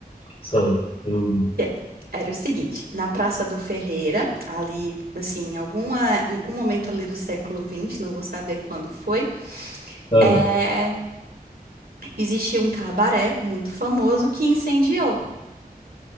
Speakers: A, on the left; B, on the right.
A: Sério, eu não vi.
B: que é- Era o seguinte, na Praça do Ferreira, ali, assim, em alguma, algum momento ali do século XX, não vou saber quando foi,
A: Ah,
B: é, existia um cabaré muito famoso que incendiou.